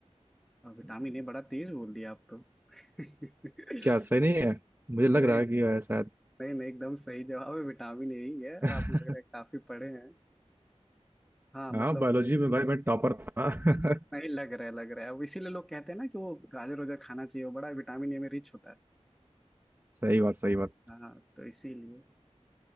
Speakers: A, in the centre; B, on the right (about 20°).
A: अ, Vitamin A बड़ा तेज बोल दिया आप तो <laughs> लग
B: क्या सही नहीं
A: रहा
B: है
A: है-
B: मुझे लग
A: नहीं
B: रहा है कि है शायद
A: नहीं नहीं एकदम सही जवाब है विटामिन ए ही है
B: <laughs>
A: आपको लग रहा है काफी पढ़े हैं हाँ मतलब
B: हाँ बायोलॉजी में भाई मैं टॉपर था <laughs>
A: नहीं लग रहा है लग रहा है अब इसीलिए लोग कहते हैं ना कि वो गाजर वाजर खाना चाहिए वो बड़ा विटामिन ए में रिच होता है
B: सही बात सही बात
A: हाँ तो इसीलिए